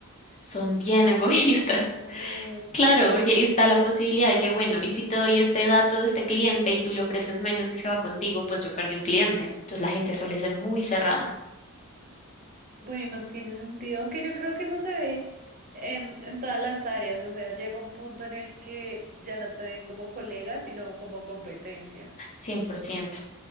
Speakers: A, on the left; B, on the right.
A: son bien <laughs> egoístas.
B: Ah, ok.
A: Claro, porque está la posibilidad de que, bueno, y si te doy este dato de este cliente y tú le ofreces menos y se va contigo, pues yo perdí un cliente. Entonces la gente suele ser muy cerrada,
B: Bueno, tiene sentido, aunque yo creo que eso se ve en, en todas las áreas, o sea, llega un punto en el que ya no te ven como colega, sino como competencia.
A: 100%.